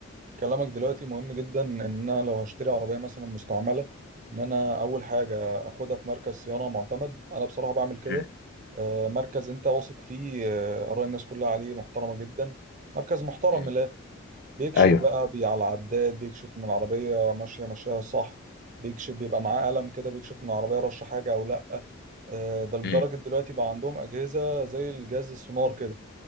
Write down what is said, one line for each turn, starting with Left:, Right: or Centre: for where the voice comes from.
Right: كلامك دلوقتي مهم جدا إن أنا لو هشتري عربية مثلا مستعملة إن أنا أول حاجة أخدها في مركز صيانة معتمد أنا بصراحة بعمل كده
Left: مم.
Right: آه، مركز أنت واثق فيه آه، آراء الناس كلها عليه محترمة جدا مركز محترم
Left: مم.
Right: بيكشف
Left: ايوه
Right: بقى بي على العداد بيكشف ان العربية ماشية ماشية صح بيكشف بيبقى معاه قلم كده بيكشف ان العربية رشة حاجة او لا آه، ده لدرجة
Left: مم.
Right: دلوقتي بقى عندهم أجهزة زي الجهاز السونار كده